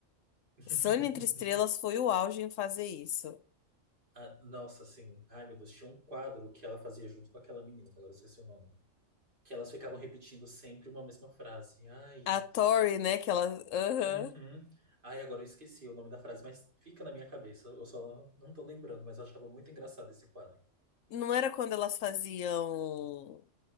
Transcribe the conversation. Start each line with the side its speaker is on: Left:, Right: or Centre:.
Right: <laughs>
Left: Sunny entre estrelas foi o auge em fazer isso.
Right: Ah, nossa, sim. Ai, meu Deus, tinha um quadro que ela fazia junto com aquela menina, que agora eu esqueci o nome. Que elas ficavam repetindo sempre uma mesma frase. Ai,
Left: A Tori,
Right: acho que.
Left: né, que ela, aham.
Right: Uhum. Ai, agora eu esqueci o nome da frase, mas fica na minha cabeça. Eu só não tô lembrando, mas eu achava muito engraçado esse quadro.
Left: Não era quando elas faziam